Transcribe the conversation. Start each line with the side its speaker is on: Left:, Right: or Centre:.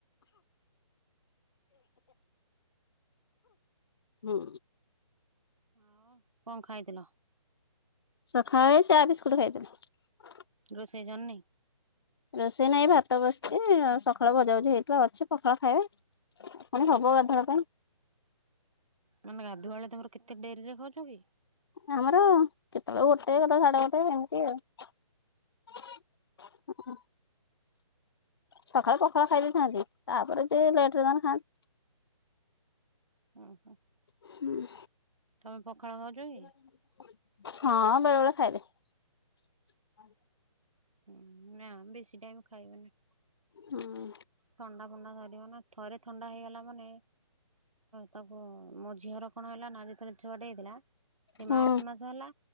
Left: ହୁଁ।
Right: ହଁ କଣ ଖାଇଥିଲ?
Left: ସଖାଳେ ଚା, ବିସ୍କୁଟ ଖାଇଥିଲି।
Right: ରୋଷେଇ ସରିନି?
Left: ରୋଷେଇ ନାଇଁ ଭାତ ବସିଛି ସକାଳୁ ଭଜାଭୁଝି ହେଇଥିଲା ଅଛି ପଖାଳ ଖାଇବେ। କଣ ହବ ଗାଧୁଆ ବେଳ ପାଇଁ?
Right: ମାନେ ଗାଧୁଆଳଳେ ତମର କେତେ ଡେରି ରେ ଖାଉଛ କି
Left: ଆମର କେତେବେଳକୁ ଗୋଟେ ଗଲେ ସାଢେ ଗଟେ ଏମିତି ଆଉ ଓହ ସକାଳେ ପଖାଳ ଖାଇ ଦେଇଥାନ୍ତି ତାପରେ ଯ ଲେଟରେ ଖାଆନ୍ତି
Right: ଓହୋ
Left: <inaudible> ହୁଁ
Right: ତମେ ପଖାଳ ଖାଉଛ
Left: <inaudible>
Right: କି?
Left: ହଁ ବେଳେ ବେଳେ ଖାଇଲେ <inaudible>
Right: ହୁଁ ନା ବେଶୀ ଟାଇମ ଖାଇବ ନା
Left: ହୁଁ
Right: ଥଣ୍ଡା ଫଣ୍ଡା ଧରିବ ନା ଥରେ ଥଣ୍ଡା ହେଇଗଲା ମାନେ ତାକୁ ମୋ ଝିଅର କଣ ହେଲା ନା ଯେତେବେଳେ ଛୁଆଟ ହେଇଥିଲା ସେ
Left: ହୁଁ
Right: ମାର୍ଚ୍ଚ ମାସ ହେଲା